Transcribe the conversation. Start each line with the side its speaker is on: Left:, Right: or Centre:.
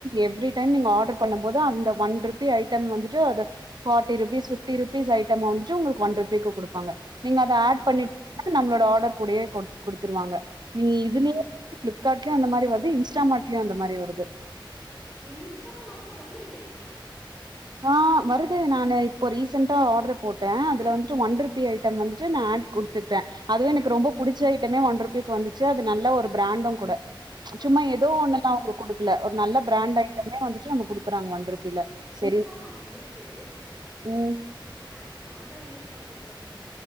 Right: எப்டி டைம் நீங்க ஆர்டர் பண்ணு போது அந்த ஒன் ருபி ஐட்டம் வந்துட்டு அது ஃபார்ட்டி ருபீஸ் ஃபிப் ஃபிப்டி ருபிஸ் ஐட்டம வந்துட்டு உங்களுக்கு ஒன் ரூபிக்கு குடுப்பாங்க நீங்க அத ஆட்
Centre: அதுதான்
Right: பண்ணீடிங்னா நம்மளோட ஆர்டர் தொட கூடையே குடு குடுத்துருவாங்க நீ இதுலியே
Centre: ம் ம்
Right: ஃப்ளிப்க்கார்ட் <unintelligible> அந்த மரி வருது இன்ஸ்டாமட்லயும் அந்த மரி வருது
Centre: இன்ஸ்டாமார்ட்ல வரலீங்ளீங்க
Right: ஆ வருது நானு இப்போ ரீசன்டா ஆர்டர் போட்டே அதுல வந்துட்டு ஒன் ருபி ஐட்டம் வந்துட்டு நா ஆட் குடுத்துட்டே அதுவே எனக்கு
Centre: ம்
Right: ரொம்ப புடிச்ச ஐ பமே ஒன் ரூபிக்கு வந்துச்சு அது நல்ல ஒரு பிராண்டு கூட
Centre: ஓகே
Right: சும்மா
Centre: ஓகே
Right: ஏதோ ஒன்னெல்லா அவுங் இல்ல ஒரு நல்ல பிராண்ட்
Centre: ஆ ஆ
Right: ஐட்டமே வந்துட் நம்ம குடுக் இருக்கறாங்க வன் ருப்பில சரி
Centre: மாட்டி இருக்கு
Right: ம்.
Centre: ஆனா நா நா தா யூஸ் பண்றது இல்லங்க